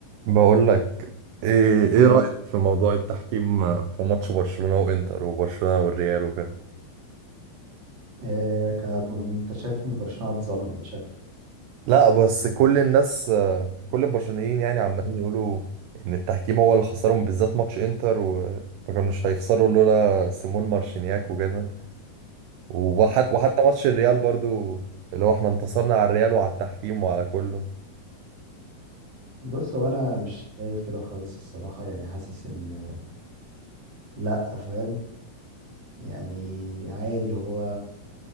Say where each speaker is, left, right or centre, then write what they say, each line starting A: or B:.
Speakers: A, on the right; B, on the right.
A: بقول لك ايه ايه
B: ايه
A: رأيك في موضوع التحكيم في ماتش برشلونة وانتر وبرشلونة والريال وكده
B: إيه كاب... انت شايف ان برشلونة اتظلمت شكلك
A: لا بس كل الناس آه، كل البرشلونيين يعني عمالين يقولوا ان التحكيم هو اللي خسرهم بالذات ماتش انتر وما كانوش هيخسروا لولا سيمون مارشينياك وكده وحت وحتى ماتش الريال برضو اللي هو احنا انتصرنا على الريال وعلى التحكيم وعلى كله
B: بص هو انا مش شايف كده خالص الصراحة يعني حاسس ان لا فاهم يعني عادي هو